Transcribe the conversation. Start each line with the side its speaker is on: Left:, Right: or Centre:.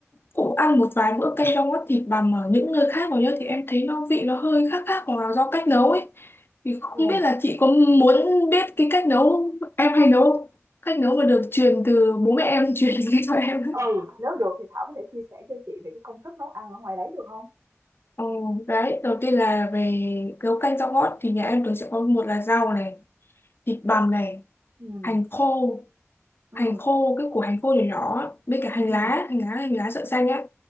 Left: cũng ăn một vài bữa canh rau ngót thịt bằm ở những nơi khác rồi nhá thì em thấy nó vị nó hơi khác khác hoặc là do cách nấu ấy. Thì không
Right: ừ
Left: biết là chị có muốn biết cái cách nấu em hay nấu không? Cách nấu mà được truyền từ bố mẹ em <laughs> truyền đến cho em.
Right: ừ nếu được thì Thảo có thể chia sẻ cho chị về cái công thức nấu ăn ở ngoài đấy được không
Left: Ừ, đấy, đầu tiên là về nấu canh rau ngót thì nhà em thường sẽ có một là rau này, thịt bằm này,
Right: ừ
Left: hành khô,
Right: ừ
Left: hành khô cái củ hành khô nhỏ nhỏ, á, với cả hành
Right: ừ
Left: lá, hành lá, hành lá sợi xanh á